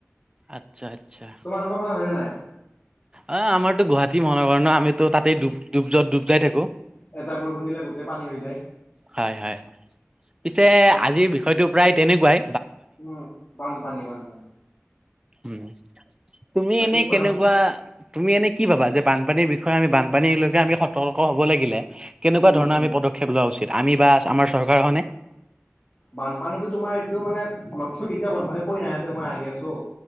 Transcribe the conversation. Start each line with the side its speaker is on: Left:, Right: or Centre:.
Right: আচ্ছা আচ্ছা
Left: তোমালোকৰ ফালে হয়নে নাই?
Right: অ আমাৰতো গুৱাহাটী মহানগৰ ন। আমিতো তাতেই ড ডুব ডুব যাই থাকো।
Left: এজাক বৰষুণ দিলে গোটেই পানী হৈ যায়
Right: হয় হয় পিছে
Left: আমাৰ
Right: আজিৰ বিষয়টো প্ৰায় তেনেকোৱাই।
Left: উম বান্ধপানী বান্ধপানী।
Right: উম তুমি
Left: বাকী
Right: এনে
Left: সোধাচোন
Right: কেনেকোৱা তুমি এনে। কি ভাবা যে বানপানীৰ বিষয়ে আমি বানপানীলৈকে আমি সতৰ্ক হ'ব লাগিলে। কেনেকোৱা
Left: উম,
Right: ধৰণৰ
Left: উম।
Right: আমি পদক্ষেপ লোৱা উচিত আমি বা আমাৰ চৰকাৰখনে।
Left: বানপানীতটো তোমাৰ এইটো মানে আমাকতো কেতিয়াও বানপানীয়ে কৈ নাহে যে মই আহি আছো।